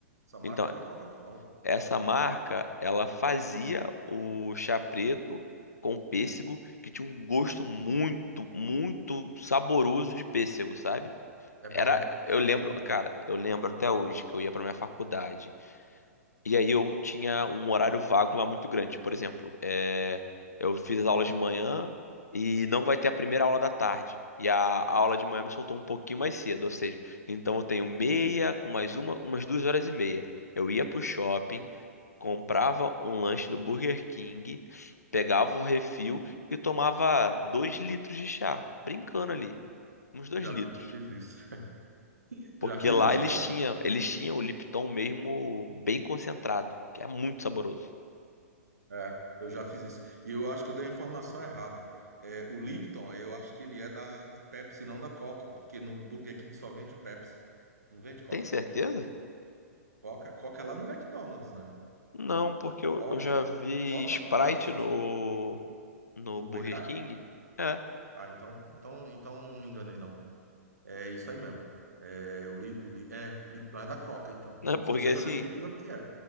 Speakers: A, on the right; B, on the left.
A: Essa marca
B: Então,
A: é da Coca-Cola.
B: Essa marca, ela fazia o chá preto com pêssego, que tinha um gosto muito, muito saboroso de pêssego, sabe?
A: É
B: Era,
A: bom, já
B: eu lembro,
A: tomei.
B: cara, eu lembro até hoje que eu ia pra minha faculdade. E aí eu tinha um horário vago lá muito grande. Por exemplo, é, eu fiz as aulas de manhã e não vai ter a primeira aula da tarde. E a, a aula de manhã
A: Hum,
B: me soltou um pouquinho mais cedo, ou seja, então eu tenho meia com mais uma, umas duas horas e meia. Eu ia pro shopping,
A: hum,
B: comprava um lanche no Burger King, pegava o refil e tomava dois litros de chá, brincando ali, uns dois
A: já
B: litros.
A: fiz isso. <laughs>
B: Porque
A: Já fiz
B: lá
A: isso,
B: eles
A: cara.
B: tinham, eles tinham o Lipton mesmo bem concentrado, que é muito saboroso.
A: É, eu já fiz isso. E eu acho que eu dei a informação errada. É, o Lipton, é, eu acho que ele é da, da Pepsi, não da Coca, porque no Burger King só vende Pepsi. Não vende Coca.
B: Tem certeza?
A: Coca, Coca é lá no McDonald's, né?
B: Não, porque eu,
A: Coca,
B: eu já vi
A: Coca,
B: Sprite
A: Fanta, essas
B: no,
A: coisas.
B: no
A: No
B: Burger
A: BK?
B: King. É,
A: Ah, então, então, então não me enganei, não. É isso aí mesmo. É, o, li, o li, é, Lipton é da Coca, então.
B: né? Porque
A: Se você
B: assim.
A: tá dizendo que viu, é porque é.